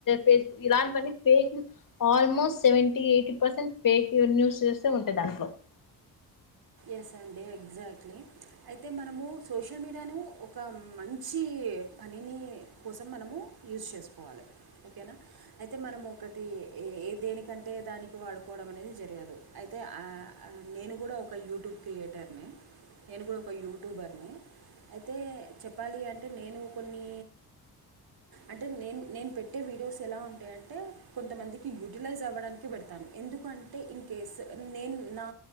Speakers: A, on the left (about 50°); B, on the right (about 60°).
A: ఫేస్బుక్ ఇలా fake news almost seventy eighty percent fake newses ఉంటాయి దాంట్లో
B: ఎస్ అండి ఎగ్జాక్ట్ లీ అయితె మనమ సోషల్ మీడియాను ఒక మంచి పనిని కోస మన యూస్ చేసుకోవాలి ఓకేనా అయితే మనం ఒకటి దేనికంటే దా వాడుకోవడం అనేది జరిగదు అయితే అ ఆ నేను కూడ ఒక యూట్యూబ్ క్రియేటర్ని నేను కూడ ఒక యూట్యూబర్ని అయితే చెప్పాలి అంటే నేను కొన్ని అంటే నే నేను పెట్టే వి వీడియోస్ ఎలా ఉంటాయంటే కొంతమందికి యూటిలైజ్ అవ్వడానికి పెడతాను ఎందుకంటే ఇన్ కేస్ నేను నా